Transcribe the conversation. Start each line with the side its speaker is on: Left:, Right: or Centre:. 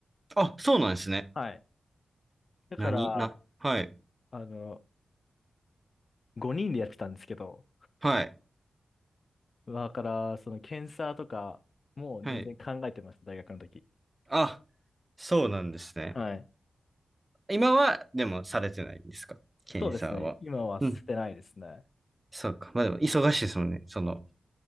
Right: あ、そうなんですね。
Left: はい。だから、
Right: 何な、はい、
Left: あの、5人でやってたんですけど、
Right: はい、
Left: だから、その検査とかもう全然考えてました、
Right: はい。
Left: 大学の時。
Right: あ、そうなんですね。
Left: はい。
Right: 今は、でも、されてないんですか検査は。
Left: そうですね。今は捨てないですね。
Right: うん、そうか。まあでも、忙しいですもんね。その、